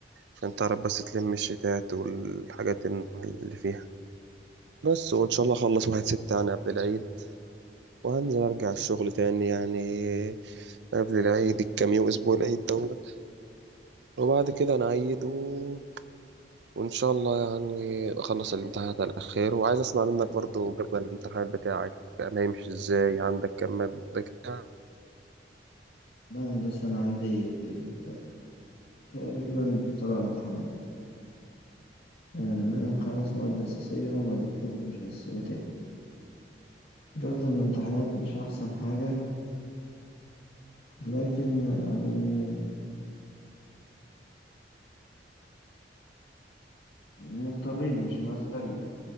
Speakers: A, on the right (about 75°); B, on the left (about 65°).
A: عشان تعرف بس تلم الشتات والحاجات اللي فيها بس وإن شاء الله أخلص واحد ستة يعني قبل العيد وهنزل أرجع الشغل تاني يعني قبل العيد الكام يوم أسبوع العيد دوت وبعد كده نعيد و... وإن شاء الله يعني أخلص الامتحانات على خير وعايز أسمع منك برضو جدول الامتحان بتاعك كان هيمشي إزاي عندك كام مادة كده.
B: لا هندسة أنا عندي ت- تقريبا سبع امتحانات آه، منهم خمس مواد أساسية ومادتين مش أساسيتين جودة الامتحانات مش أحسن حاجة لكن يعني مضطرين مش مزاجنا